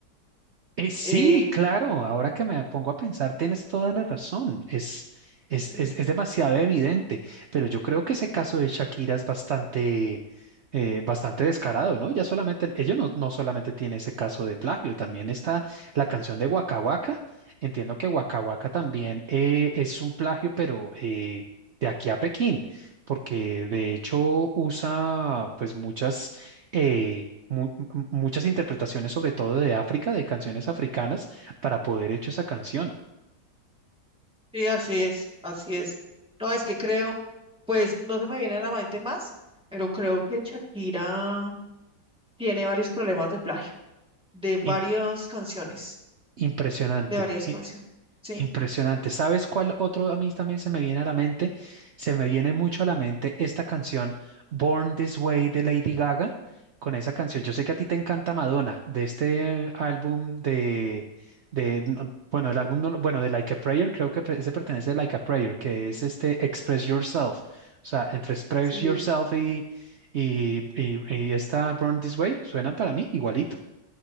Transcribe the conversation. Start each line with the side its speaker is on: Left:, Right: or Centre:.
Right: Eh, sí,
Centre: eh,
Right: claro, ahora que me pongo a pensar, tienes toda la razón. Es, es,
Centre: sí,
Right: es, es demasiado evidente, pero yo creo que ese caso de Shakira es bastante, eh, bastante descarado, ¿no? Ya solamente, ellos no, no solamente tiene ese caso de plagio, también está la canción de Waka Waka. Entiendo que Waka Waka también eh, es un plagio, pero eh, de aquí a Pekín, porque de hecho usa pues muchas. eh, mu- m- muchas interpretaciones, sobre todo de África, de canciones africanas, para poder hecho esa canción.
Centre: sí, así es, así es. No, es que creo, pues no se me viene a la mente más, pero creo que Shakira tiene varios problemas de plagio, de varias
Right: Im-
Centre: canciones,
Right: impresionante,
Centre: de varias
Right: i-
Centre: canciones. Sí,
Right: Impresionante. ¿Sabes cuál otro a mí también se me viene a la mente? Se me viene mucho a la mente esta canción Born This Way de Lady Gaga. Con esa canción, yo sé que a ti te encanta Madonna, de este álbum de, de no, bueno, el álbum, no lo- bueno, de Like a Prayer, creo que pre- ese pertenece a Like a Prayer, que es este Express Yourself. O sea, entre Express
Centre: sí,
Right: Yourself y, y, y, y esta Born This Way suenan para mí igualito.
Centre: sí,